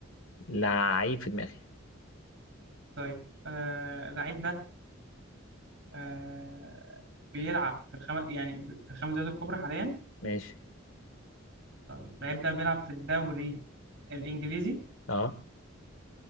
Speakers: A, on the left; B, on the right.
A: لعيب في دماغي
B: طيب آه اللعيب ده آه بيلعب في الخم... يعني ب- في الخمس دوريات الكبرى حاليا
A: ماشي
B: طيب اللعيب ده بيلعب في الدوري الانجليزي
A: اه